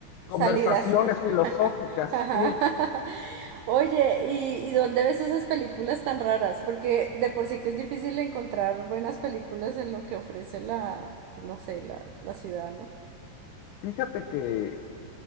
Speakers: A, on the right (about 85°); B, on the left (about 80°).
A: Salidas.
B: conversaciones filosóficas,
A: <laughs> Ajá.
B: sí.
A: Oye, ¿y, y dónde ves esas películas tan raras? Porque de por sí que es difícil encontrar buenas películas en lo que ofrece la, pues, no sé, la, la ciudad, ¿no?
B: Fíjate que